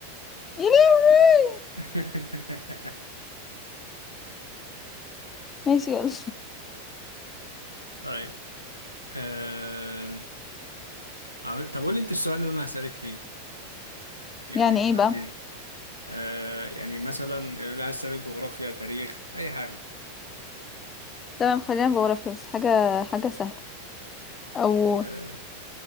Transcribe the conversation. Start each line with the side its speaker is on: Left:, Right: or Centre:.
Left: يا لهوي
Right: <laughs>
Left: ماشي يلا
Right: طيب أه... عم- طب قول لي أنت السؤال اللي أنا هسألك فيه يعني
Left: يعني ايه
Right: عادي
Left: بقى
Right: آه يعني مثلا اللي عايز تسأل جغرافيا تاريخ أي حاجة
Left: تمام خلينا جغرافيا بس حاجة حاجة سهلة او
Right: آه